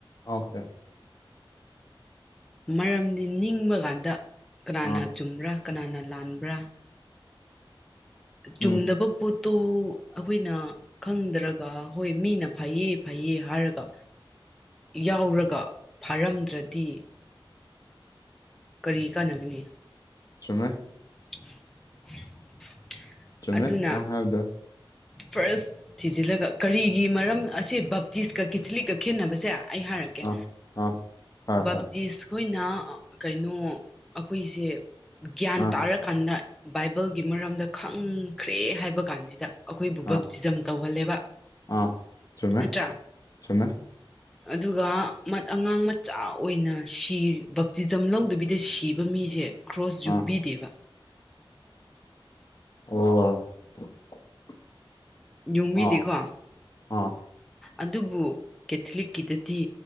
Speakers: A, on the left; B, in the centre.
A: ꯑꯣꯀꯦ
B: ꯃꯔꯝꯗꯤ ꯅꯤꯡꯕ ꯀꯥꯟꯗ ꯀꯅꯥꯅ
A: ꯑꯥ
B: ꯆꯨꯝꯕ꯭ꯔꯥ ꯀꯅꯥꯅ ꯂꯥꯟꯕ꯭ꯔꯥ ꯆꯨꯝꯗꯕ
A: ꯎꯝ
B: ꯄꯣꯠꯇꯣ ꯑꯩꯈꯣꯏꯅ ꯈꯪꯗ꯭ꯔꯒ ꯍꯣꯏ ꯃꯤꯅ ꯐꯩꯌꯦ ꯐꯩꯌꯦ ꯍꯥꯏꯔꯒ ꯌꯥꯎꯔꯒ ꯐꯥꯔꯝꯗ꯭ꯔꯗꯤ ꯀꯔꯤ ꯀꯥꯟꯅꯒꯅꯤ
A: ꯆꯨꯝꯃꯦ
B: ꯊ
A: ꯆꯨꯝꯃꯦ
B: ꯑꯗꯨꯅ
A: ꯅꯪ ꯍꯥꯏꯕꯗꯣ
B: ꯐꯥꯔꯁ ꯊꯤꯖꯤꯜꯂꯒ ꯀꯔꯤꯒꯤ ꯃꯔꯝ ꯁꯤ ꯕꯞꯇꯤꯁꯀ ꯀꯤꯊꯂꯤꯛꯀ ꯈꯦꯠꯅꯕꯁꯦ ꯑꯩ ꯍꯥꯏꯔꯛꯀꯦ
A: ꯑꯥ ꯑꯥ ꯍꯣꯏ
B: ꯕꯞꯇꯤꯁ
A: ꯍꯣꯏ
B: ꯑꯩꯈꯣꯏꯅ ꯀꯩꯅꯣ ꯑꯩꯈꯣꯏꯁꯦ ꯒ꯭ꯌꯥꯟ
A: ꯑꯥ
B: ꯇꯥꯔꯀꯥꯟꯗ ꯕꯥꯏꯕꯜꯒꯤ ꯃꯔꯝꯗ ꯈꯪꯈ꯭ꯔꯦ ꯍꯥꯏꯕ ꯀꯥꯟꯁꯤꯗ ꯑꯩꯈꯣꯏꯕꯨ
A: ꯑꯥ
B: ꯕꯛ ꯇꯤꯖꯝ ꯇꯧꯍꯜꯂꯦꯕ
A: ꯑꯥ ꯆꯨꯝꯃꯦ
B: ꯅꯠꯇ꯭ꯔꯥ
A: ꯆꯨꯝꯃꯦ
B: ꯑꯗꯨꯒ ꯑꯉꯥꯡ ꯃꯆꯥ ꯑꯣꯏꯅ ꯁꯤ ꯕꯞꯇꯤꯖꯝ ꯂꯧꯗꯕꯤꯗ ꯁꯤꯕ ꯃꯤꯁꯦ ꯀ꯭ꯔꯣꯁ ꯌꯨꯡꯕꯤꯗꯦꯕ
A: ꯑꯥ ꯑꯣ
B: ꯌꯨꯝꯕꯤꯗꯤꯀꯣ
A: ꯑꯥ ꯑꯥ
B: ꯑꯗꯨꯕꯨ ꯀꯦꯊꯂꯤꯛꯀꯤꯗꯗꯤ